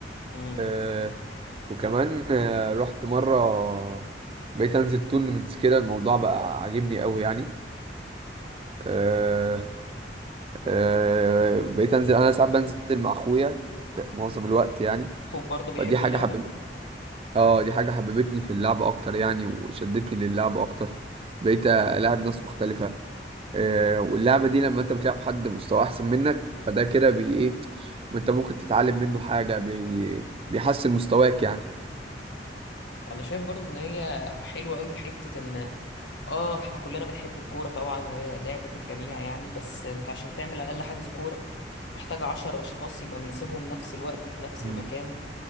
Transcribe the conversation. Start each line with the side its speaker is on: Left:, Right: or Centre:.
Left: امم
Right: آه وكمان آه رحت مره بقيت انزل تورنمنتس كده الموضوع بقى عاجبني قوي يعني آه آه بقيت انزل انا ساعات بنزل مع اخويا ت- معظم الوقت يعني
Left: اخوك برضو بيحب
Right: فدي حاجه
Left: اللعبه
Right: حببتني اه دي حاجة حببتني في اللعبة أكتر يعني وشدتني للعبة أكتر بقيت ألعب ناس مختلفة آه واللعبة دي لما أنت بتلعب حد مستوى أحسن منك فده كده بي إيه وأنت ممكن تتعلم منه حاجة بي بيحسن مستواك يعني
Left: انا شايف برضو ان هي حلوه قوي في حته ان اه احنا كلنا بنحب الكوره طبعا وهي لعبه الجميع يعني بس انت عشان تعمل اقل حجز كوره محتاج عشر اشخاص يبقى مناسبهم نفس الوقت في نفس
Right: مم.
Left: المكان